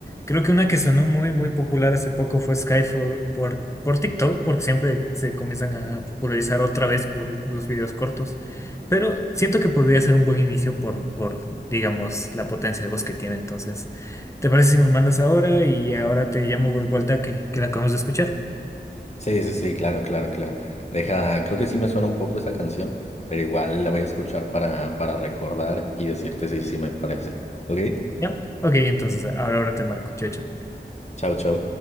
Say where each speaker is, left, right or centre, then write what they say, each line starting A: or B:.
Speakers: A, on the left; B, on the left.
A: creo que una que sonó muy, muy popular hace poco fue Skyfall por, por TikTok, porque siempre se comienzan a popularizar otra vez por los videos cortos. Pero siento que podría ser un buen inicio por, por digamos, la potencia de voz que tiene. Entonces. ¿Te parece si me mandas ahora y ahora te llamo de vuelta que, que la acabamos de escuchar?
B: Sí, sí, sí, claro, claro, claro. Deja, creo que sí me suena un poco esa canción, pero igual la voy a escuchar para, para recordar y decirte si sí me parece. ¿Ok?
A: ¿Ya? Ok, entonces ahora ahora te marco. Chao, chao.
B: Chao, chao.